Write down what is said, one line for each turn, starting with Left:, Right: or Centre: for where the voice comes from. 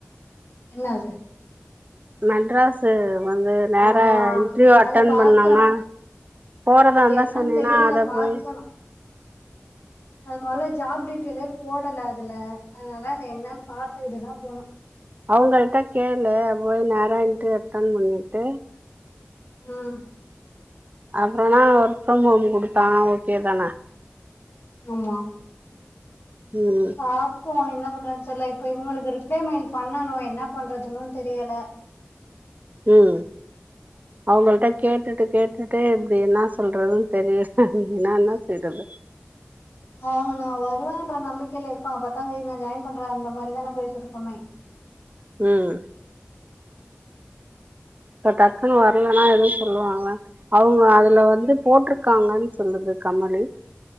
Left: என்னாது
Right: மெட்ராசு வந்து நேரா
Left: ஆமா
Right: இன்ட்ர்வ்யூவ் அட்டன்
Left: அது பாக்கணு
Right: பண்ணான்னா போறதா
Left: அது
Right: இருந்தா
Left: என்னன்னு
Right: சொன்னன்னா
Left: தெரில
Right: அத
Left: பாக்கணு
Right: போயி
Left: அது மொதல ஜாப் டீட்டெய்லே போடல அதுல அதனால அது என்னன்னு பாத்துட்டுதா போணு
Right: அவங்கள்ட்டா கேள்ளு போய் நேர இன்ட்டிர்யூ அட்டன் மன்னிட்டு
Left: ம்
Right: அப்புறோனா ஒர்க் ஃப்ரம் ஹோம் குடுத்தானா ஓகே தானே
Left: ஆமா
Right: ம்
Left: பாப்போ என்ன பண்றது தெர்ல இப்ப இவங்களுக்கு ரிப்ளே மெயில் பண்ணணு என்ன பண்றதுனு தெரியல
Right: ம் அவங்கள்ட்ட கேட்டுட்டு கேட்டுட்டு இப்டி என்ன சொல்றதுனு தெரில நா என்ன செய்றது
Left: அவங்க நா வருவோன்ற நம்பிக்கையில இருப்பாங்க பத்தா தேதி நா ஜாயின் பண்ற அந்த மாரி தா பேசிருக்கோமே
Right: ம் இப்ப டக்குன்னு வரலன்னா எதுவு சொல்லுவாங்களா அவுங்க அதுல வந்து போட்ருக்காங்கன்னு சொல்லுது கமலி